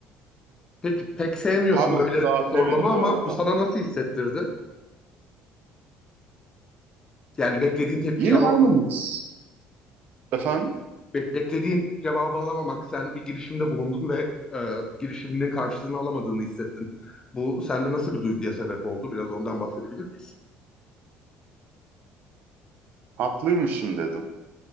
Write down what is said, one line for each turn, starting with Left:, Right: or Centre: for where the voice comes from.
Left: Peki pek sevmiyorsun
Right: Pardon
Left: böyle
Right: size abi
Left: sormamı
Right: demedim bu
Left: ama
Right: arada.
Left: bu sana nasıl hissettirdi? Yani beklediğin tepkiyi
Right: Yine
Left: alamadın.
Right: aynı mix. Efendim?
Left: Bek- beklediğin cevabı alamamak, sen bir girişimde bulundun ve e, girişiminin karşılığını alamadığını hissettin. Bu sende nasıl bir duyguya sebep oldu? Biraz ondan bahsedebilir miyiz?
Right: Haklıymışım dedim.